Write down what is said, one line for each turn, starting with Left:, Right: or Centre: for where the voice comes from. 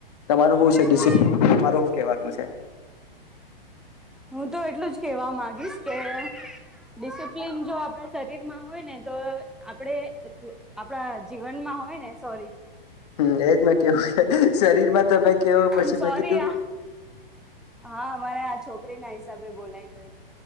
Left: તમારૂ શું છે ડિસપ્લન
Centre: હા
Left: તમારું શું કહેવાનું શે છે.
Centre: હું તો એટલું જ કેહેવા માંગીશ કે ડિસિપ્લિન જો આપડા શરીર માં હોય ને તો આપડે એ એ આપડા જીવનમાં હોય ને સોરી
Left: હમ્મ, એજ મેં કેવું છે શરીરમાં તમે કેવો પછી
Centre: આમ સોરી.
Left: મેં કીધું
Centre: હા મારે આજ છોકરી ના હિસાબે બોલાઈ ગઈ.